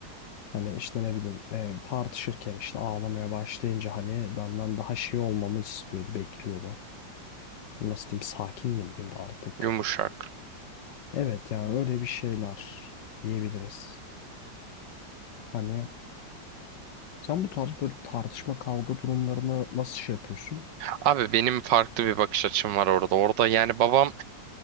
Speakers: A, on the left; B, on the right.
A: Hani işte ne bileyim e, tartışırken işte ağlamaya başlayınca hani benden daha şey olmamı istiyordu, bekliyordu. Nasıl diyeyim sakin mi diyeyim artık.
B: Yumuşak.
A: Evet yani öyle bir şeyler diyebiliriz. Hani sen bu tarz böyle tartışma kavga durumlarını nasıl şey yapıyorsun?
B: Abi benim farklı bir bakış açım var orada. Orada yani babam